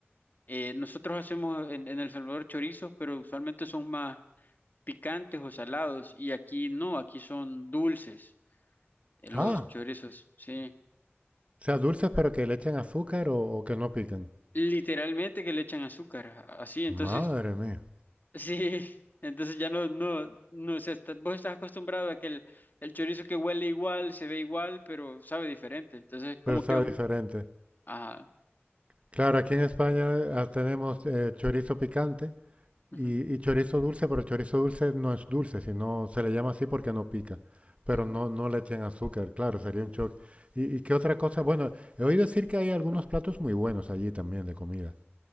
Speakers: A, on the left; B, on the right.
A: eh, nosotros hacemos en, en El Salvador chorizos, pero usualmente son más picantes o salados y aquí no, aquí son dulces eh, los
B: ah.
A: chorizos, sí.
B: O sea, dulces pero que le echen azúcar o, o que no pican.
A: Literalmente que le echan azúcar, a- así, entonces,
B: Madre mía.
A: sí, <laughs> entonces ya no, no, no, o sea, está- vos estás acostumbrado a que el, el chorizo que huele igual, se ve igual, pero sabe diferente, entonces como
B: Pero sabe
A: que es un...
B: diferente.
A: Ajá,
B: Claro, aquí en España ah, tenemos eh, chorizo picante Y,
A: ujú,
B: y chorizo dulce, pero chorizo dulce no es dulce, sino se le llama así porque no pica. Pero
A: ujú.
B: no, no le echan azúcar, claro, sería un shock. ¿Y, y qué otra cosa? Bueno, he oído decir que hay algunos platos muy buenos allí también de comida.